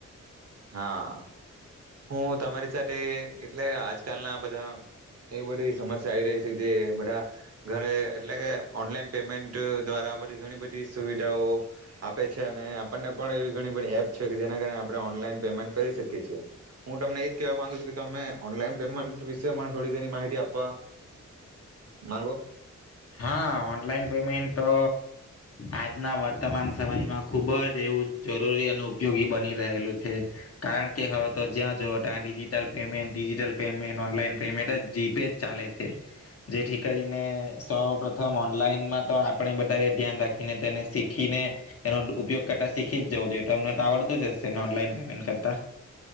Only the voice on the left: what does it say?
હા ઓનલાઈન પેમેન્ટ તો આજના વર્તમાન સમયમાં ખુબ જ એવું જરૂરી અને ઉપયોગી બની રહેલું છે, કારણ કે હવે તો જ્યાં જ ત્યાં digital payment, digital payment, online payment, જ જીપે જ ચાલે છે જેથી કરીને સૌ પ્રથમ ઓનલાઈનમાં તો આપણે બધા ધ્યાન રાખીને તેને શીખીને એનો ઉપયોગ કરતા શીખી જ જવું જોઈએ, તો અમને તો આવડતું જ હશે ઓનલાઈન પેમેન્ટ કરતા?